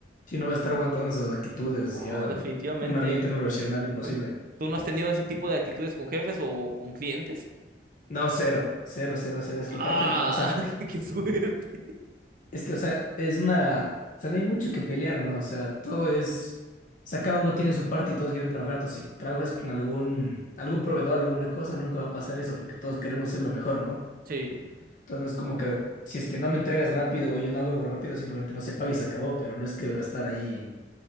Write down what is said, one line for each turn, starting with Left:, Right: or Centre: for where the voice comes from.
Left: Si no va a estar aguantando esas actitudes,
Right: Oh,
Left: ya
Right: definitivamente.
Left: en un ambiente profesional imposible.
Right: <laughs> ¿Tú no has tenido ese tipo de actitudes con jefes o con clientes?
Left: No, cero, cero, cero, cero. Es
Right: Ah,
Left: que parte del trabajo, o sea.
Right: <laughs> qué suerte.
Left: Es que, o sea, es una. O sea, no hay mucho que pelear, ¿no? O sea, todo es. O sea, cada uno tiene su parte y todos quieren trabajar. Entonces, si trabajas con algún, algún proveedor, alguna cosa, nunca va a pasar eso porque todos queremos ser lo mejor, ¿no?
Right: Sí,
Left: Entonces, no es como que si es que no me entregas rápido o yo no hago algo rápido, simplemente no se paga y se acabó. Pero no es que va a estar ahí